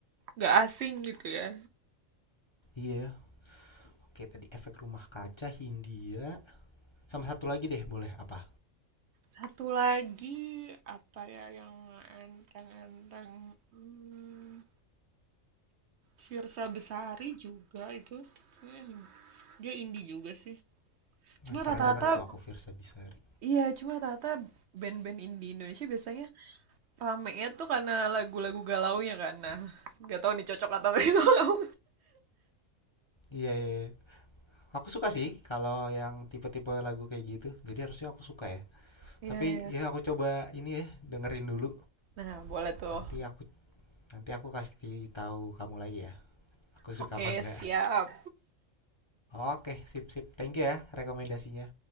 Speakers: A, on the right (about 65°); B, on the left (about 30°).
A: nggak asing gitu ya.
B: Iya. Oke tadi efek rumah kaca Hindia. Sama satu lagi deh boleh apa?
A: Satu lagi apa ya yang enteng-enteng hmm, Fiersa Besari juga itu Kayaknya dia indie juga sih. Cuma
B: Eh pernah
A: rata-rata
B: denger tuh aku Virsa Besari.
A: iya cuma rata-rata band-band indie Indonesia biasanya ramenya tuh karena lagu-lagu galaunya kan. Nah, nggak tahu nih cocok atau nggak <laughs> sih sama kamu.
B: Iya iya. iya. Aku suka sih kalau yang tipe-tipe lagu kayak gitu. Jadi harusnya aku suka ya.
A: Iya,
B: Tapi
A: iya.
B: ya aku coba ini ya dengerin dulu.
A: Nah, boleh tuh.
B: Nanti aku nanti aku kasih tahu kamu lagi ya. Aku suka
A: Oke,
B: apa enggak.
A: siap.
B: Oke, sip sip. Thank you ya rekomendasinya.